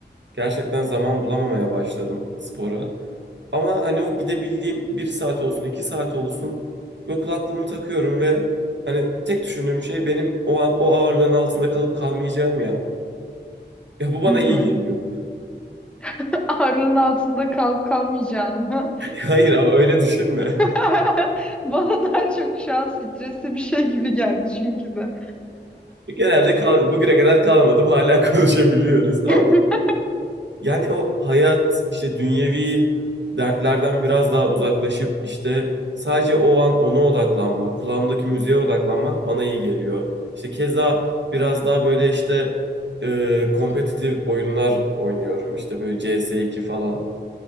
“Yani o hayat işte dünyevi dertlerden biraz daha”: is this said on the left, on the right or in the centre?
Right